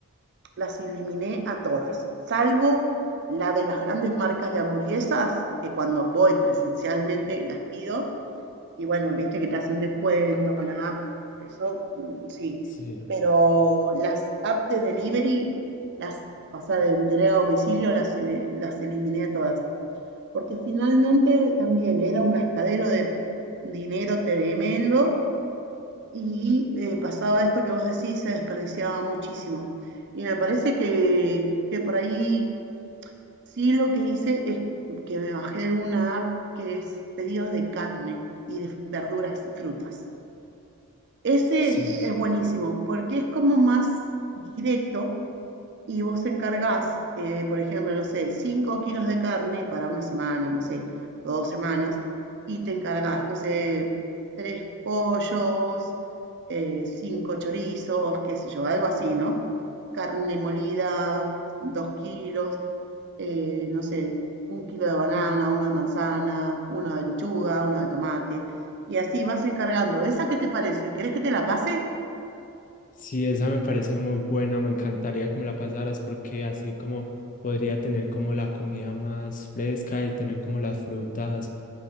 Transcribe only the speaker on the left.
Sí,
sí.
Sí, esa me parece muy buena, me encantaría que me la pasaras porque así como podría tener como la comida más fresca y tener como las frutas